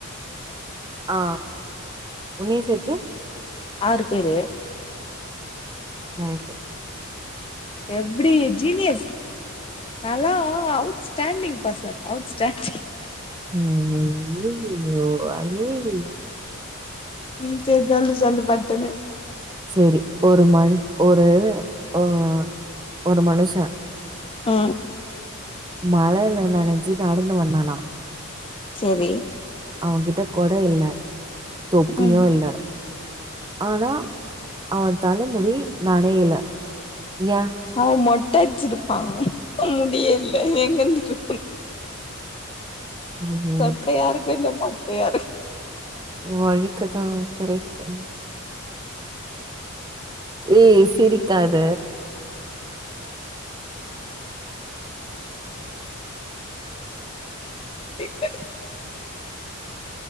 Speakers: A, on the right; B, on the left.
A: ஆ உன்னிய சேத்து
B: ஆறு பேரு
A: ரைட்டு
B: எப்டி ஜீனியஸ் நல்லா அவுட்ஸ்டாண்டிங் பர்சன் அவுட் ஸ்டாண்டிங்
A: ம் ஐயயயோ ஐயய்
B: ம் சரி சொல்லு சொல்லு பட்டுனு
A: செரி ஒரு மண் ஒரு அ ஒரு மனுஷ
B: அ
A: மழையில நனஞ்சி நடந்து வந்தானா
B: செரி
A: அவங்கிட்ட கொட இல்ல தொப்பியு
B: ம்
A: இல்ல ஆனா அவ தலமுடி நனையல ஏ
B: அவ மொட்ட அச்சிருப்பா முடியல எங்கந்துட்டு
A: ம்ஹ்ம்.
B: சொட்டயாருக்கு இல்ல மொட்டயாரு
A: வழுக்கதா கரெட்டுதா ஏ சிரிக்காத
B: இல்ல